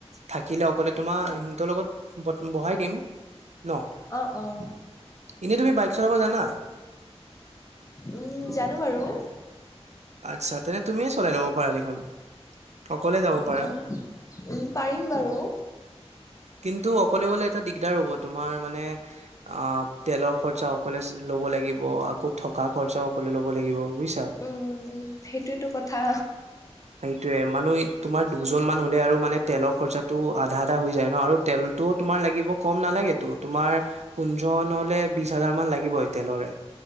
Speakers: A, on the right; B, on the left.
A: থাকিলে অকলে তোমাৰ সিহঁতৰ লগত বহাই দিম ন।
B: অ অ
A: এনেই তুমি বাইক চলাব জানা?
B: উম, জানো বাৰু।
A: আচ্ছা তেনে তুমিয়ে চলাই ল'ব পাৰা দেখোন অকলে যাব পাৰা।
B: উম উম, পাৰিম বাৰু।
A: কিন্তু অকলে অকলে এটা দিগদাৰ হ'ব তোমাৰ মানে অ তেলৰ খৰচা অকলে ল'ব লাগিব আকৌ থকা খৰচাও লে ল'ব লাগিব বুজিছা।
B: উম সেইটোয়ো কথা
A: সেইয়ে মানে তুমাৰ দুজন মান হলে আৰু মানে তেলৰ খৰচাটো আধা আধা হৈ যায় আৰু তেলতো তোমাৰ লাগিব কম নালাগেতো তোমাৰ পোন্ধৰ নহলে বিশ হাজাৰ মান লাগিব তেলৰে